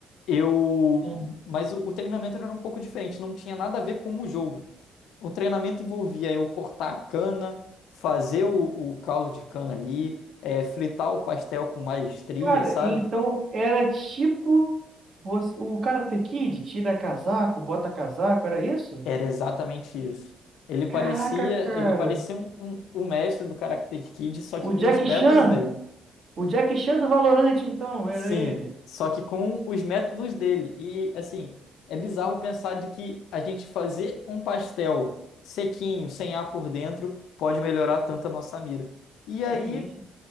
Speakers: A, on the left; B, on the right.
A: Eu,
B: Sim.
A: mas o, o treinamento era um pouco diferente, não tinha nada a ver com o jogo. O treinamento envolvia eu cortar a cana, fazer o, o caldo de cana ali, é, fritar o pastel com maestria,
B: Cara,
A: sabe?
B: então era tipo você- o Karate Kid, tira casaco, bota casaco, era isso?
A: Era exatamente isso. Ele parecia,
B: Caraca, cara.
A: ele parecia um, um- um mestre do Karate Kid, só que
B: O
A: com
B: Jack
A: os métodos
B: Chan,
A: dele.
B: o Jack Chan do Valorante, então, era
A: Sim,
B: ele.
A: só que com os métodos dele. E assim, é bizarro pensar de que a gente fazer um pastel sequinho, sem ar por dentro, pode melhorar tanto a nossa mira. E aí
B: É mesmo.